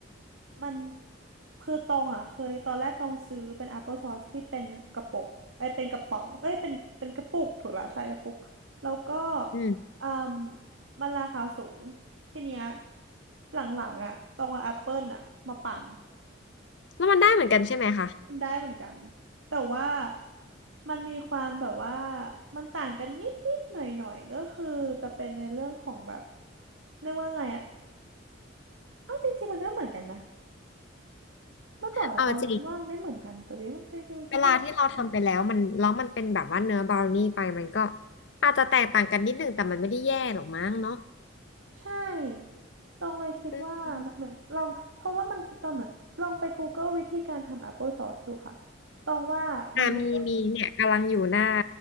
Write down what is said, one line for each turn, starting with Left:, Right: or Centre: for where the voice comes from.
Right: มันคือตองอ่ะเคยตอนแรกตองซื้อเป็นแอปเปิลซอสที่เป็นกระปุกเอ้ยเป็นกระป๋องเอ้ยเป็นเป็นกระปุกถูกแล้วใช่กระปุกแล้วก็
Left: อืม
Right: อืมมันราคาสูงทีเนี้ยหลังๆอ่ะตองเอาแอปเปิลอ่ะมาปั่น
Left: แล้วมันได้เหมือนกันใช่ไหมคะ
Right: มันได้เหมือนกันแต่ว่ามันมีความแบบว่ามันต่างกันนิดนิดหน่อยหน่อยๆก็คือจะเป็นในเรื่องของแบบเรียกว่าไงอะอ้าวจริงๆมันก็เหมือนกันนะเมื่อก่อนอะตองคิดว่ามันไม่เหมือนกันแต่นี้จริงๆมันคิดไปคิดมา
Left: เอาจริงเวลาที่เราทำไปแล้วมันแล้วมันเป็นแบบว่าเนื้อบราวนี่ไปมันก็อาจจะแตกต่างกันนิดนึงแต่มันไม่ได้แย่หรอกมั้งเนาะ
Right: ใช่ตองเลยคิดว่ามันเหมือนลองเพราะว่าบางทีตอนเหมือนลองไป
Left: อืม
Right: Google วิธีการทำ Apple Sauce ดูค่ะตองว่ามันเวิร์ก
Left: อ่ามีมีเนี่ยกำลังอยู่หน้า